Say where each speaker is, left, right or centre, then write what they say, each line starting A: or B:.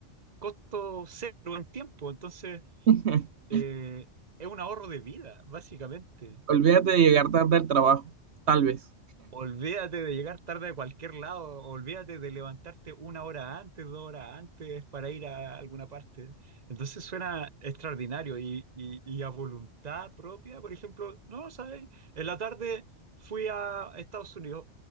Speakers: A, on the right; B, on the right.
A: costo cero en tiempo. Entonces,
B: <laughs>
A: eh, es un ahorro de vida, básicamente.
B: olvídate de llegar tarde al trabajo, tal vez.
A: Olvídate de llegar tarde a cualquier lado, olvídate de levantarte una hora antes, dos horas antes para ir a alguna parte. Entonces suena extraordinario y, y- y a voluntad propia, por ejemplo, no, ¿sabes? En la tarde fui a Estados Unidos